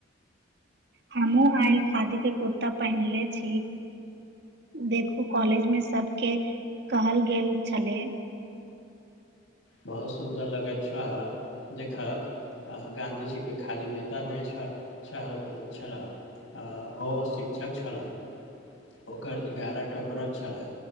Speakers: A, on the right; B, on the left.
A: हमहुँ आयल खादी के कुर्ता पहिनले छी देखू कॉलेजमे सबके कहल गेल छलै
B: बहुत सुन्दर लगैछौ देखक आ गाँधीजी के खाली नेता नहि छल छल छलह अ ओ शिक्षक छलाह ओकर एगारह टा व्रज छलैन्ह